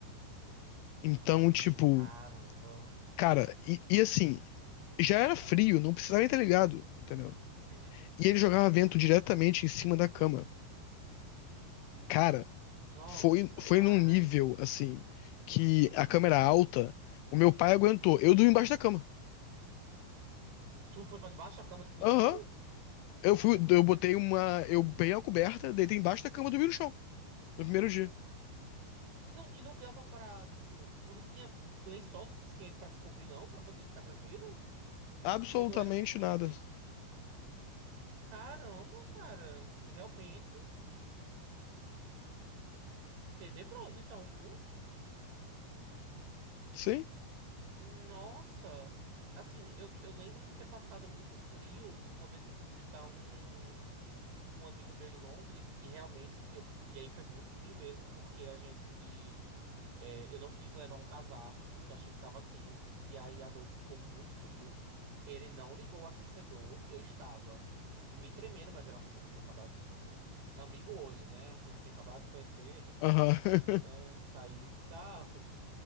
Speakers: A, on the left (about 85°); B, on the right (about 80°).
A: Então, tipo,
B: caramba.
A: cara, e, e assim, já era frio, não precisava nem estar ligado, entendeu?
B: Uhum.
A: E ele jogava vento diretamente em cima da cama. Cara,
B: Nossa,
A: foi, foi
B: cara.
A: num nível, assim, que a câmera alta, o meu pai aguentou. Eu dormi embaixo da cama.
B: Tu foi pra debaixo da cama, tipo, no
A: Aham.
B: chão?
A: Eu fui, eu botei uma, eu peguei uma coberta, deitei embaixo da cama, e dormi no chão, no primeiro dia.
B: Não, e não dava pra, tipo, não- tu não tinha lençol suficiente pra se cobrir, não, pra poder ficar tranquilo?
A: Absolutamente
B: Ou não era suficiente?
A: nada.
B: Caramba, cara, realmente tenebroso, então, viu?
A: Sim?
B: Nossa, assim, eu, eu lembro de ter passado muito frio uma vez que eu fui visitar um. um amigo meu em Londres e realmente eu e aí foi muito frio mesmo porque a gente é, eu não quis levar um casaco porque eu achei que estava quente e aí a noite ficou muito frio. Ele não ligou o aquecedor, eu estava me tremendo, mas era uma pessoa que eu tinha acabado amigo hoje, né? Era uma pessoa que eu tinha acabado de conhecer,
A: Aham. <laughs>
B: <laughs> né? Saído e tal.